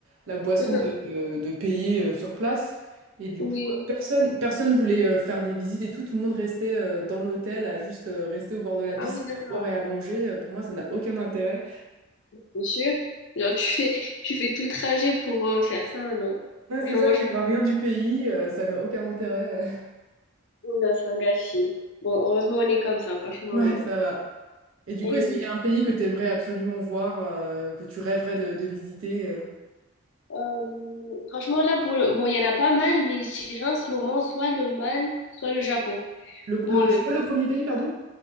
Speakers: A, on the right; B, on the left.
A: la
B: <laughs>
A: boisson
B: Mhm.
A: de, de payer euh, sur place. Et du
B: Oui.
A: coup, euh, personne personne voulait euh, faire des visites et tout. Tout le monde restait euh, dans l'hôtel à juste euh, rester au bord de la piscine,
B: Ah oui, d'accord.
A: à boire et à manger. Euh, Pour moi, ça n'a aucun intérêt.
B: Bien sûr. Genre, tu fais, tu fais tout le trajet pour euh, faire ça, non?
A: Ouais,
B: Franchement,
A: c'est ça,
B: moi,
A: tu
B: je
A: vois rien du pays, euh, ça n'a aucun intérêt. <laughs>
B: pense que c'est un gâchis. Bon, heureusement, on est comme ça, franchement.
A: Ouais,
B: ouais.
A: ça va. Et du
B: Et
A: coup, est-ce
B: oui.
A: qu'il y a un pays que tu aimerais absolument voir, euh, que tu rêverais de, de visiter euh
B: Euh, franchement, là, pour le... Bon, il y en a pas mal, mais je dirais en ce moment, soit l'Oman, soit le Japon.
A: Le,
B: Bon,
A: le-
B: le,
A: c'est quoi le premier pays, pardon?